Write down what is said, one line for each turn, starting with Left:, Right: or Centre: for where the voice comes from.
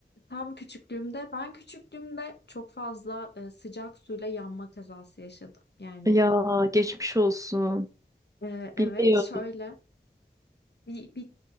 Left: Tam küçüklüğümde, ben küçüklüğümde çok fazla e, sıcak suyla yanma kazası yaşadım. Yani
Right: Ya geçmiş olsun.
Left: e, evet
Right: Bilmiyordum.
Left: şöyle bir, bir,